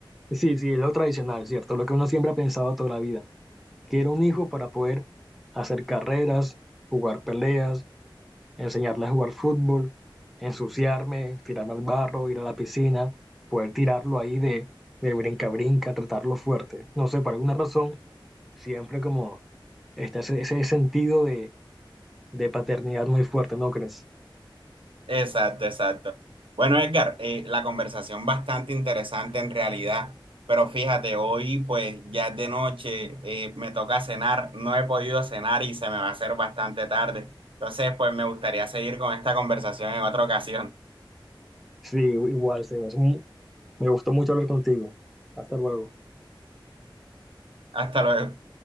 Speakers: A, in the centre; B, on the right.
A: sí, sí, es lo tradicional, ¿cierto? Lo que uno siempre ha pensado toda la vida, que era un hijo para poder hacer carreras, jugar peleas enseñarle a jugar fútbol, ensuciarme, tirarme al barro, ir a la piscina, poder tirarlo ahí de, de brinca-brinca, tratarlo fuerte. No sé, por alguna razón, siempre como está ese, ese sentido de, de paternidad muy fuerte, ¿no crees?
B: Exacto, exacto. Bueno, Edgar, eh, la conversación bastante interesante en realidad, pero fíjate, hoy pues ya es de noche, eh, me toca cenar, no he podido cenar y se me va a hacer bastante tarde. Entonces, pues me gustaría seguir con esta conversación en otra ocasión.
A: Sí, igual, Sebas. Mm, Me gustó mucho hablar contigo. Hasta luego.
B: Hasta luego.